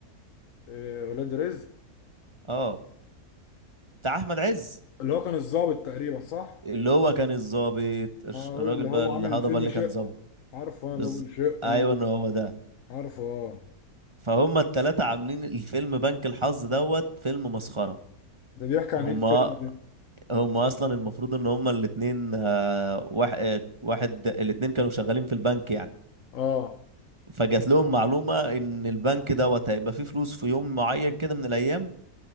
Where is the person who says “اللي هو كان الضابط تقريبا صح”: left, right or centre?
Left